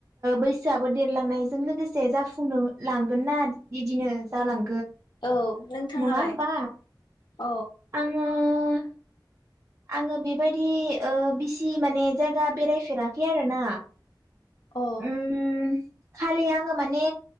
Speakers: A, on the right (about 35°); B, on the left (about 65°).
A: बैसोआबो ओ देरलांनायजों लोगोसे जाफुंनो लांगोन ना इदिनो जालां
B: औ नोंथाङालाय
A: नङा होमबा
B: औ
A: आङो आ आङो बेबायदि ओ बिसि माने जायगा बेरायफेराखै आरो ना।
B: औ
A: उम खालि आङो माने